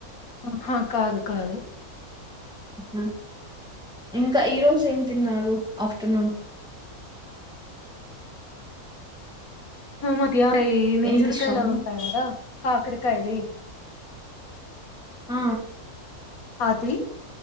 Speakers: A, on the left; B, in the centre.
A: ఆహా కాదు కాదు
B: ఆ ఇంకా ఈ రోజు ఏం తిన్నారు ఆఫ్టర్నూన్
A: మధ్య నింజుడికాయలా
B: వినిపిస్తాందా
A: ఉంటాయి కదా కాకిరకాయది
B: ఆ
A: అది